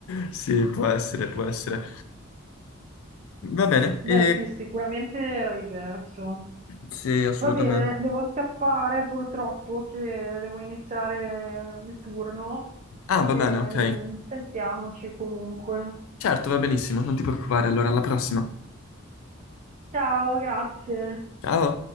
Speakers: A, on the left; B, on the right.
A: Sì, può essere, può essere. Va bene,
B: Beh
A: e...
B: sì, sicuramente era diverso.
A: sì, assolutamente.
B: Va bene, devo scappare purtroppo che devo iniziare il turno.
A: Ah,
B: Ehm,
A: va bene, ok.
B: sentiamoci comunque.
A: Certo, va benissimo, non ti preoccupare. Allora, alla prossima.
B: Ciao, grazie.
A: Ciao.